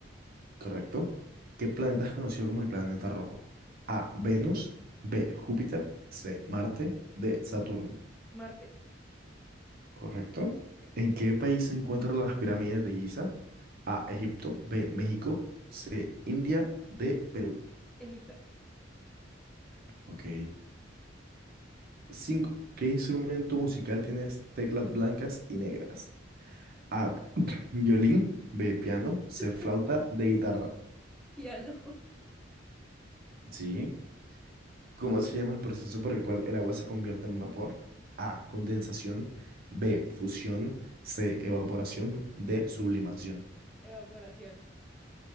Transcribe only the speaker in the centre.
Marte.
Egipto.
<laughs>
Piano.
Evaporación.